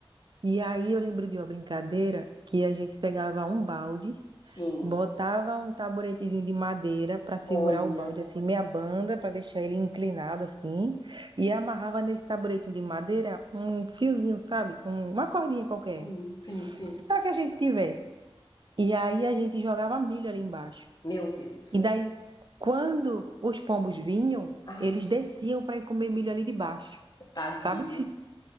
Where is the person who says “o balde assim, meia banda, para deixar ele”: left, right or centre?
Right